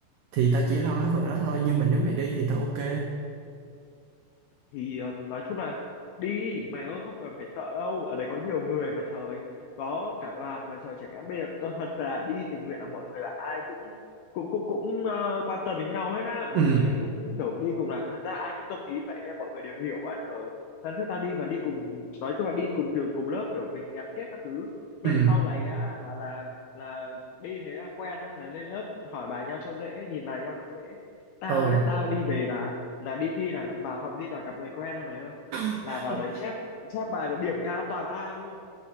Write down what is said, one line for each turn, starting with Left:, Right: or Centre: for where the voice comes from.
Right: thì tao chỉ lo cái phần đó thôi nhưng mà nếu mày đi thì tao ok
Left: thì ừm, nói chung là đi mày ơi không cần phải sợ đâu ở đấy có nhiều người mà trời có cả đoàn mà trời chẳng hạn bây giờ tôi thật là đi tình nguyện là mọi người là ai cũng cũng cũng cũng ờ, quan tâm đến nhau hết á mọi
Right: ừ
Left: người cũng kiểu đi cùng là thật ra ai cũng tâm lý vậy nên mọi người đều hiểu á trời lần trước tao đi mà đi cùng nói chung là đi cùng trường cùng lớp kiểu mình gắn kết các thứ mẹ
Right: ừ
Left: sau này á là là là đi thế là quen á là lên lớp hỏi bài nhau cho dễ nhìn bài nhau cho dễ tao
Right: ừ
Left: nhá tao đi về là là đi thi là vào phòng thi toàn gặp người quen thôi mày ơi
Right: <laughs>
Left: là vào đấy chép chép bài là điểm cao toàn A luôn